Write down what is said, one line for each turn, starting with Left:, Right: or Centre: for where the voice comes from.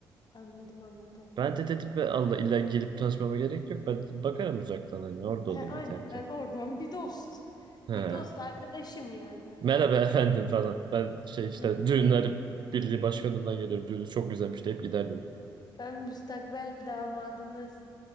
Left: Anladım anladım.
Right: Ben de dedim be Allah illa gelip tanışmama gerek yok. Ben dedim, bakarım uzaktan hani orada
Left: He,
Right: olayım
Left: aynen
Right: yeter ki.
Left: ben oradan bir dost.
Right: He.
Left: Bir dost arkadaşım yani.
Right: Merhaba efendim falan. Ben şey
Left: Merhaba
Right: işte
Left: efendim.
Right: düğünler birliği başkanından geliyorum. Düğününüz çok güzelmiş deyip giderdim.
Left: Ben müstakbel damadınız.